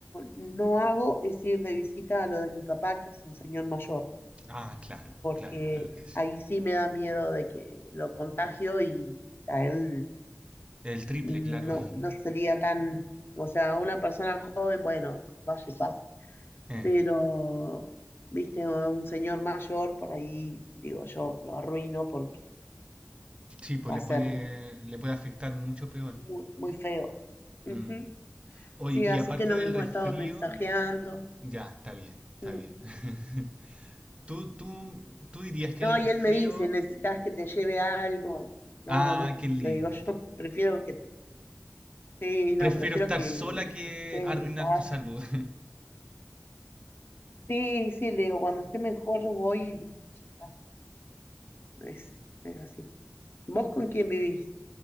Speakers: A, on the left (about 45°); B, on the right (about 20°).
A: no hago es ir de visita a lo de mi papá, que es un señor mayor,
B: Ah, claro, claro,
A: que
B: claro que sí.
A: ahí sí me da miedo de que lo contagio y a él
B: El triple,
A: no,
B: claro. <laughs>
A: no sería tan, o sea, una persona joven, bueno, vaya y pase,
B: Eh,
A: pero, viste, a un señor mayor, por ahí, digo, yo lo arruino porque
B: sí, pues
A: va
B: le
A: a
B: puede,
A: ser
B: le puede afectar mucho peor.
A: muy, muy feo. Ujú.
B: Mm. Oye,
A: Sí,
B: y
A: así
B: aparte
A: que nos
B: del
A: hemos
B: resfrío,
A: estado mensajeando.
B: ya, está bien, está
A: Mm.
B: bien. <laughs> ¿Tú, tú, tú dirías que
A: No,
B: el resfrío...
A: y él me dice, necesitas que te lleve algo. No,
B: Ah,
A: no,
B: qué lindo.
A: le digo yo, <laughs> prefiero que te- Sí, no,
B: Prefiero
A: prefiero
B: estar
A: que,
B: sola que
A: que te quedes
B: arruinar
A: en tu casa.
B: tu salud.
A: Sí, sí, le digo, cuando esté mejor voy. y ya está. Es, es así. ¿Vos con quién vivís?